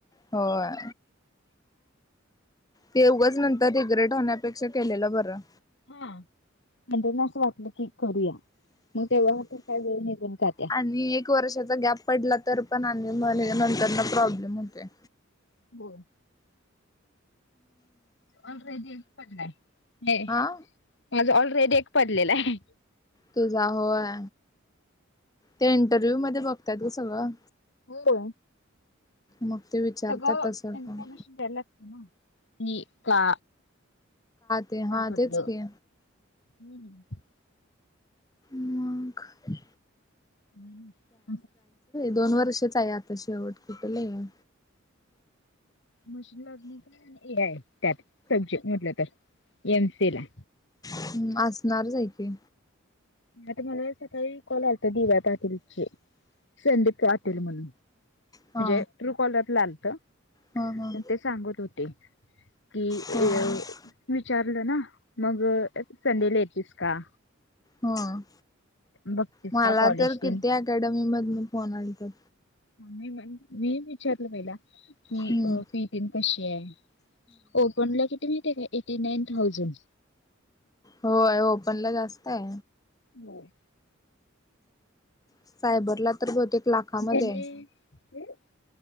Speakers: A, on the left; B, on the left.
A: होय ते उघंच नंतर रिग्रेट होण्यापेक्षा केलेलं बरं.
B: हा म्हणजे ना असं वाटलं की. करूया मगं तेव्हा तर काय वेळ निघून जात्या.
A: आणि एक वर्षाचा गॅप पडला तर पण आणि मगं नंतर ना प्रॉब्लेम होतेयं.
B: बरं. ऑलरेडी एक पडला आहे.
A: हा
B: माझ ऑलरेडी एक पडलेला आहे.
A: तुझा होय ते इंटरव्ह्यू मध्ये बघतात गं सगळं.
B: होयं.
A: मग ते विचारतात
B: सगळं
A: तसं
B: इन्फॉर्मेशन
A: पण.
B: द्यायला. कि का.
A: ते हा
B: का पडला?
A: तेच की
B: हम्म.
A: मगं.
B: हम्म. <inaudible>
A: दोन वर्षच आहे आता शेवट कुठं लय आहे.
B: मशीन ला अजून त्यात <inaudible> मधलं तर एमसी ला
A: हम्म असणारच आहे की
B: आता मला एक सकाळी कॉल आलता दिव्या पाटील ची संधीप पाटील म्हणून म्हणजे
A: हा
B: ट्रू कॉलर ला आलत
A: हा हा
B: पण ते सांगत होते कि ए
A: हा
B: विचारलं ना मग संडेला येेतीस का
A: हम
B: बघतीस
A: मला
B: का कॉलेज
A: तर
B: तेन
A: किती अकॅडमी मधन फोन आलते
B: मी मी विचारलं पहिला की
A: हम्म
B: पीटीन कशी आहे ओपन ला किती <inaudible> थाउजंड
A: हो आय ओपन ला जास्त हाय
B: बर
A: सायबरला तर बहुतेक लाखामध्ये
B: त्याने
A: हाय
B: सायबरला